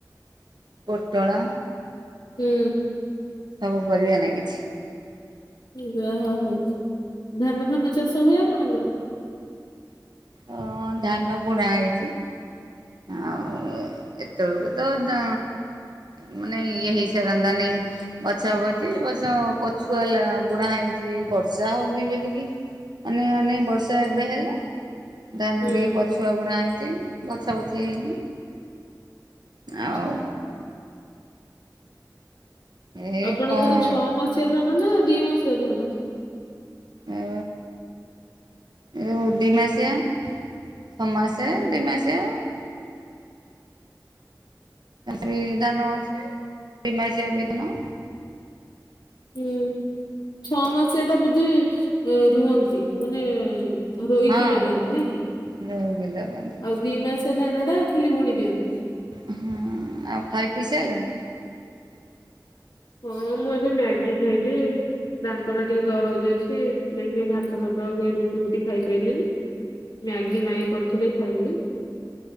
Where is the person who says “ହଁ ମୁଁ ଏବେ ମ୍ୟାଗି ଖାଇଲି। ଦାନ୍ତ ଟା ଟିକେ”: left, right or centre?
Left